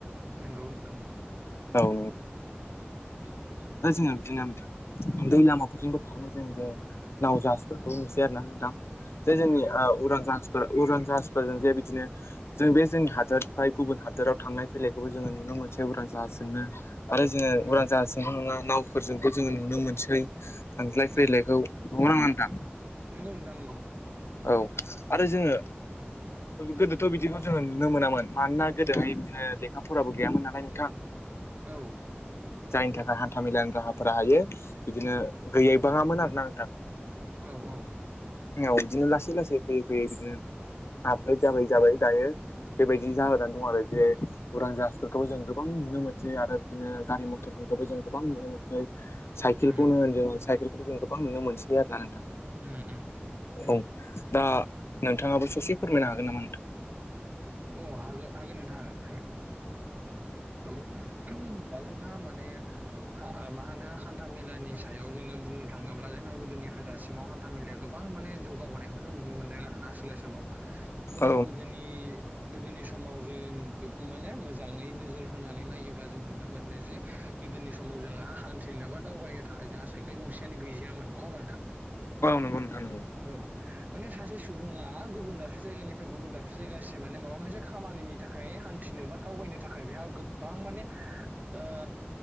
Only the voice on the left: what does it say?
औ
जोंना दै लामाफोरजोंबो खारनाय जों जे नाव जाहासफोरखौ नुसै आरो ना नोंथां जे जोंनि
उरां जाहास जाहाजफोर जों जे बिदिनो जों बे जोंनि हादोरनि गुबुन हादोराव थांनाय फैलायखौबो जोङो नुनो मोनसै उरां जाहासजों नो आरो जोङो
उरां जाहास जोंल नङा नावफोरजोंबो जोङो नुनो मोनसै थांज्लाय फैलायखौ
नड़ा नामा नोंथां
औ आरो जोङो गोदोथ' बिदिखौ जोङो नुनो मोनामोन मानोना गोदोहाय बिदिनो लेखा फराबो गैयामोन नालाय नोंथां
जायनि थाखाय हान्था मेलानि राहाफोरा हायो बिदिनो गैयै बाङामोन आरोना नोंथां
औ बिदिनो लासै लासै फैयै फैयै बिदिनो आपग्रेद जाबोयै जाबोयै दायो बेबायदि जाबोनानै दं आरो जे उरां जाहासफोरखौबो जों गोबां नुनो मोनसै आरो बिदिनो गारि मथर खौबो जों गोबां नुनो मोनसै, साइकेलखौनो
होन जों, साइकेलखौ जों गोबां नुनो मोनसै आरो ना नोंथां।
औ दा नोंथाङाबो ससे फोरमायनो हागोन नामा नोंथां?
औ
नंगौ नोंथां नंगौ